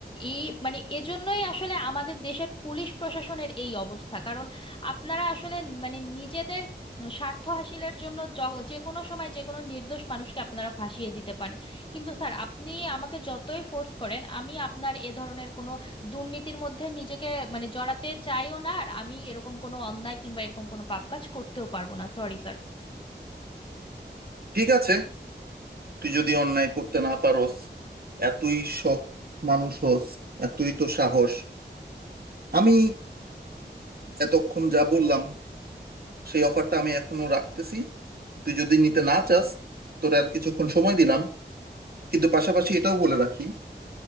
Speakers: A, on the left (about 30°); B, on the right (about 60°).
A: এই মানে এজন্যই আসলে আমাদের দেশের পুলিশ প্রশাসনের এই অবস্থা কারণ আপনারা আসলে মানে নিজেদের উম, স্বার্থ হাসিলের জন্য য- যে কোনো সময় যে কোনো নির্দোষ মানুষকে আপনারা ফাঁসিয়ে দিতে পারেন কিন্তু স্যার আপনি আমাকে যতই ফোর্স করেন আমি আপনার এ ধরনের কোনো দুর্নীতির মধ্যে নিজেকে মানে জড়াতে চাইও না আর আমি এরকম কোনো অন্যায় কিংবা এরকম কোনো পাপ কাজ করতেও পারবো না সরি স্যার
B: ঠিক আছে তুই যদি অন্যায় করতে না পারোস এতই সৎ মানুষ হোস এতই তো সাহস আমি এতক্ষণ যা বললাম সেই অফারটা আমি এখনো রাখতেছি তুই যদি নিতে না চাস তোর আর কিছুক্ষণ সময় দিলাম কিন্তু পাশাপাশি এটাও বলে রাখি